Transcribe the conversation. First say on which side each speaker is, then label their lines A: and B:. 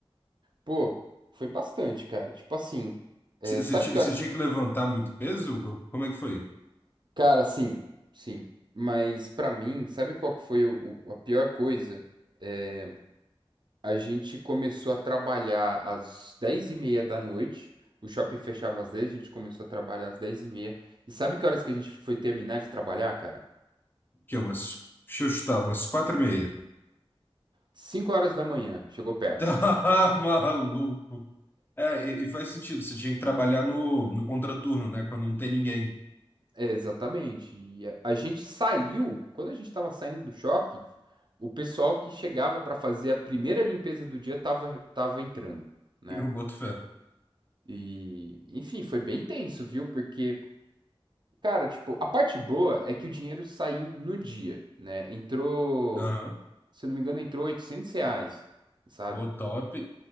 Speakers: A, on the right; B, on the left.
A: Pô, foi bastante, cara. Tipo assim, é,
B: Você você
A: sabe
B: ti-
A: que
B: você
A: horas
B: tinha que levantar muito peso? Como é que foi?
A: Cara, sim, sim. Mas pra mim, sabe qual que foi o- o- a pior coisa? É, a gente começou a trabalhar às dez e meia da noite. O shopping fechava às dez. a gente começou a trabalhar às dez e meia. E sabe que horas que a gente foi terminar de trabalhar, cara?
B: Que é umas. Deixa eu chutar, umas quatro e meia. <laughs>
A: 5 horas da manhã, chegou perto.
B: Tá maluco. É, e, e faz sentido. Você tinha que trabalhar no, no contraturno, né? Quando não tem ninguém.
A: É, exatamente. E a, a gente saiu, quando a gente estava saindo do shopping, o pessoal que chegava para fazer a primeira limpeza do dia tava, tava entrando.
B: <laughs>
A: né?
B: Eu boto fé.
A: E, enfim, foi bem tenso, viu? Porque, cara, tipo, a parte boa é que o dinheiro saiu no dia, né? Entrou,
B: Aham.
A: se eu não me engano, entrou 800 reais, sabe?
B: Ô, top.